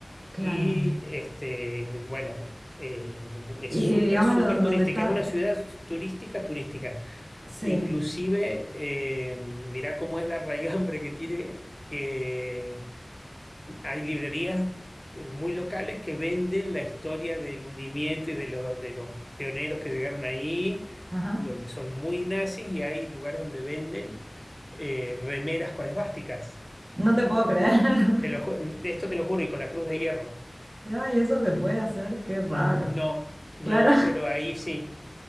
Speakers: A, on the right; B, on the left.
A: claro.
B: Y este, bueno, eh, es
A: Y,
B: súper,
A: y digámoslo
B: súper
A: don-
B: turística,
A: donde está,
B: es una ciudad turística, turística.
A: sí.
B: Inclusive, eh, mirá cómo es la raigambre que tiene, que hay librerías eh, muy locales que venden la historia del hundimiento y de, lo- de los pioneros que llegaron ahí,
A: Ajá.
B: donde son muy nazis, y hay lugares donde venden eh, remeras con esvásticas.
A: No te puedo creer. <laughs>
B: Te lo ju- de esto te lo juro, y con la cruz de hierro.
A: Ya, y eso se puede hacer, qué raro.
B: No, no,
A: Claro. <laughs>
B: pero ahí sí.